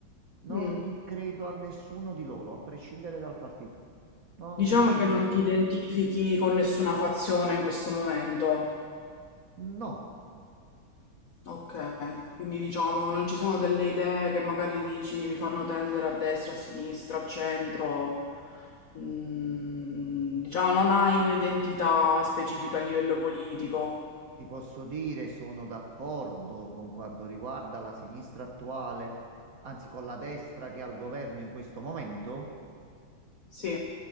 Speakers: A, on the right; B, on the left.
A: non
B: mm.
A: credo a nessuno di loro, a prescindere dal partito. Non
B: Diciamo
A: ci
B: che
A: credo.
B: non ti identifichi con nessuna fazione in questo momento.
A: No,
B: Ok, quindi diciamo non ci sono delle idee che magari dici mi fanno tendere a destra, a sinistra, al centro. Mm, diciamo non hai un'identità specifica a livello politico.
A: ti posso dire, sono d'accordo con quanto riguarda la sinistra attuale, anzi con la destra che è al governo in questo momento,
B: Sì,